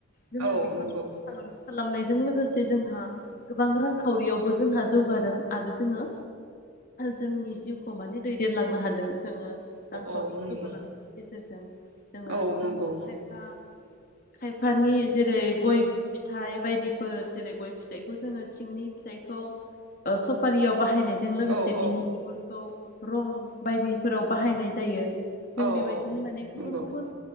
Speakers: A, on the left; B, on the right.
A: जोङो
B: औ
A: बिफांखौ
B: नंगौ
A: फालांगि खालामनाय जों लोगोसे जोंहा गोबां रांखावरियावबो जोंहा जौगादों आरो जोङो जोंनि जिउखौ माने दैदेनलांनो हादों। जोङो रांखावरियाव
B: औ नंगौ
A: जौगालांगोन गेजेरजों जोङो
B: औ
A: आरो जोंनि
B: नंगौ
A: खायफा खायफानि जेरै गय फिथाइ बायदि फोर जेरै गय फिथाइ खौ जोङो सिंनि फिथाइखौ ओ सफारियाव बाहायनायजों लोगोसे
B: औ औ
A: बिनि बिगुरखौ रं बायदिफोराव बाहायनाय जायो।
B: औ
A: जों बेबायदिनो माने गुबुन
B: नंगौ
A: गुबुन